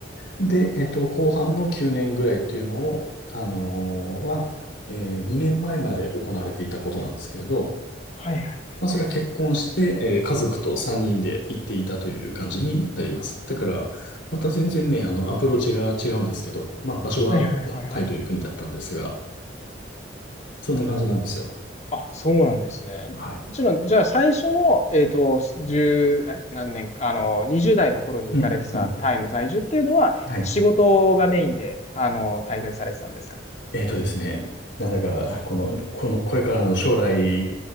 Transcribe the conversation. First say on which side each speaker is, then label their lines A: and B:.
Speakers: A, on the left (about 70°); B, on the left (about 35°).
A: で、えっと、後半の9年ぐらいっていうのを、あのーは、え2年前まえまで行われていたことなんですけれど、
B: はいはい。
A: まあ、それは結婚して、えー家族と3人で行っていたという感じになります。だから、また全然ね、あの、アプローチが違うんですけど、まあ、場所はタイという国だったんですが、
B: はいはいはいはい。
A: そんな感じなんですよ。
B: あ、そうなんですね。
A: はい。
B: もちろん、じゃあ最初の、えっと、1え、何年か、あの、20代の頃に行かれてたタイの在住っていうのは、
A: うん、うん。はい。
B: 仕事がメインで、あの、滞在されてたんですか
A: えっとですね、なんだか、この、この、これからの将来